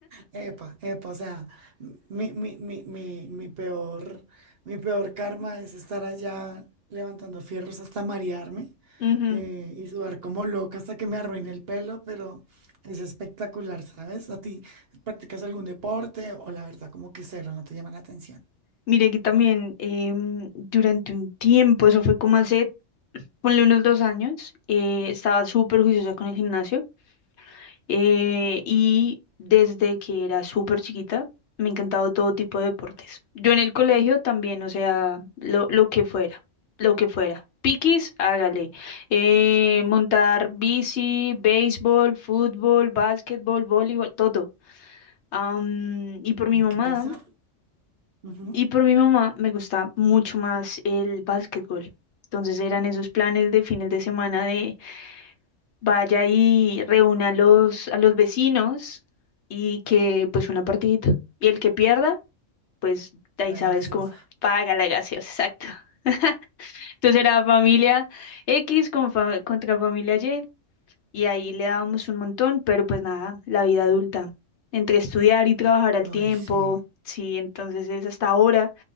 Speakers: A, on the right; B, on the left.
A: Epa, epa, o sea, mi, mi, mi, mi, mi peor, mi peor karma es estar allá levantando fierros hasta marearme
B: Ujú.
A: eh, y sudar como loca hasta que me arruine el pelo, pero es espectacular, ¿sabes? ¿A ti practicas algún deporte o la verdad como que cero, no te llama la atención?
B: Mire que también em, durante un tiempo, eso fue como hace, ponle unos dos años, eh, estaba súper juiciosa con el gimnasio. Eh, y desde que era súper chiquita me ha encantado todo tipo de deportes. Yo en el colegio también, o sea, lo, lo que fuera, lo que fuera. Piquis, hágale. Eh, montar bici, béisbol, fútbol, básquetbol, voleibol, todo. Am, y por mi mamá,
A: ¿Qué pasa? Ujú.
B: y por mi mamá me gusta mucho más el básquetbol. Entonces eran esos planes de fines de semana de vaya y reúna a los, a los vecinos y que pues una partidita. Y el que pierda, pues de ahí
A: Voy
B: sabes
A: A la gaseosa.
B: cómo paga la gaseosa, exacto. <laughs> Entonces era familia X con fa- contra familia Y y ahí le dábamos un montón, pero pues nada, la vida adulta, entre estudiar y trabajar al
A: Ay,
B: tiempo,
A: sí.
B: sí, entonces es hasta ahora,